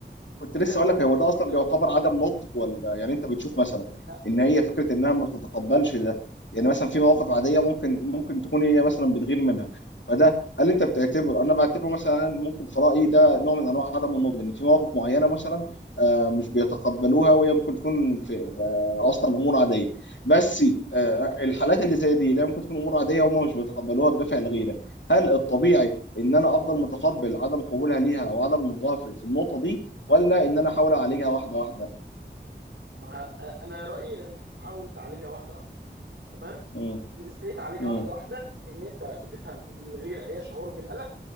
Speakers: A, on the left (about 80°); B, on the right (about 85°).
A: كنت
B: ما
A: لسه
B: زي ما
A: اقول
B: بقول
A: لك
B: لك
A: هو
B: احنا
A: ده
B: قلنا
A: اصلا بيعتبر عدم نضج ولا يعني انت بتشوف مثلا
B: لا
A: ان هي فكره انها ما بتتقبلش ده يعني مثلا في مواقف عاديه ممكن ممكن تكون هي مثلا بتغير منها فده هل انت بتعتبر انا بعتبره مثلا ممكن في رايي ده نوع من انواع عدم النضج ان في مواقف معينه مثلا آه، مش بيتقبلوها وهي ممكن تكون في في اصلا امور عاديه بس آه، الحالات اللي زي دي لا ممكن تكون امور عاديه وهم مش بيتقبلوها بدافع الغيره هل الطبيعي ان انا افضل متقبل عدم قبولها ليها او عدم نضجها في في النقطه دي ولا ان انا احاول اعالجها واحده واحده
B: ما انا رايي ان انت تحاول تعالجها واحده واحده تمام
A: مم.
B: ازاي تعالجها
A: مم.
B: واحده واحده ان انت بتفهم ان الغيره هي شعور بالقلق